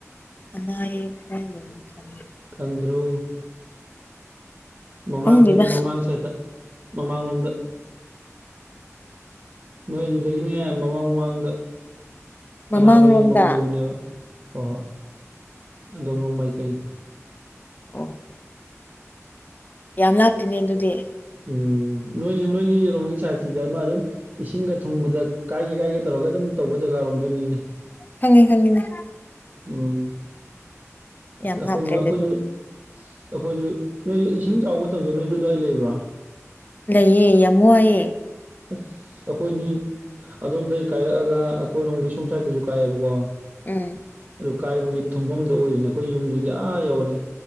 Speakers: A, on the left; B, on the right.
A: ꯑꯅꯥ ꯌꯦꯛ <unintelligible>
B: ꯈꯪꯗ꯭ꯔꯣ ꯃꯃꯥꯡꯗꯅꯤ
A: ꯈꯪꯗꯦꯗ
B: ꯃꯃꯥꯡ ꯁꯥꯢꯠꯇ ꯃꯃꯥꯡꯂꯣꯝꯗ ꯅꯣꯏ ꯑꯗꯨꯗꯒꯤꯅꯦ ꯃꯃꯥꯡ ꯃꯃꯥꯡꯗ
A: ꯃꯃꯥꯡꯂꯣꯝꯗ
B: ꯑꯅꯥꯕ ꯌꯦꯡꯕꯝ ꯂꯩꯕꯅꯦꯕ ꯍꯣꯏ ꯍꯣꯏ ꯑꯗꯣꯝꯔꯣꯝ ꯃꯥꯏꯀꯩ
A: ꯑꯣ ꯌꯥꯝ ꯂꯥꯞꯇꯤꯅꯦ ꯑꯗꯨꯗꯤ
B: ꯎꯝ ꯅꯣꯏꯒꯤ ꯅꯣꯏꯒꯤꯔꯣꯝꯒꯤ ꯁꯥꯏꯠꯁꯤꯗꯤ ꯑꯃ ꯑꯗꯨꯝ ꯏꯁꯤꯡꯒ ꯊꯨꯡꯕꯗ ꯀꯥꯏꯒꯦ ꯀꯥꯏꯒꯦ ꯇꯧꯔꯒ ꯑꯗꯨꯝ ꯇꯧꯕ ꯖꯒꯥꯔꯣꯝꯗꯨꯅꯤꯅꯦ
A: ꯈꯪꯉꯦ ꯈꯪꯉꯤꯅꯦ
B: ꯎꯝ ꯑꯁ
A: ꯌꯥꯝ
B: ꯑꯈꯣꯏ
A: ꯂꯥꯞꯇ꯭ꯔꯦ
B: ꯃ
A: ꯑꯗꯨꯗꯤ
B: ꯑꯈꯣꯏꯖꯨ ꯑꯁ ꯑꯈꯣꯏꯖꯨ ꯅꯣꯏꯖꯨ ꯏꯁꯤꯡ ꯆꯥꯎ ꯃꯇꯝꯗꯣ ꯅꯣꯏꯖꯨ ꯗ꯭ꯋꯥꯏ ꯂꯩꯕ꯭ꯔꯥ
A: ꯂꯩꯌꯦ ꯌꯥꯝ ꯋꯥꯏꯑꯦ
B: ꯑꯁ ꯑꯩꯈꯣꯏꯗꯤ ꯑꯗꯣꯝꯗꯒꯤ ꯀꯥꯏꯔꯛꯑꯒ ꯑꯩꯈꯣꯏꯔꯣꯝꯒꯤ ꯁꯣꯝ ꯁꯥꯏꯠꯇꯁꯨ ꯀꯥꯏꯌꯦꯕꯀꯣ
A: ꯎꯝ
B: ꯑꯗꯨ ꯀꯥꯏꯕꯒꯤ ꯊꯨꯝꯐꯝꯗꯣ ꯑꯣꯏꯔꯤꯅꯦ ꯑꯩꯈꯣꯏ ꯌꯨꯝꯗꯨꯗꯤ ꯑꯥ ꯌꯧꯔꯦ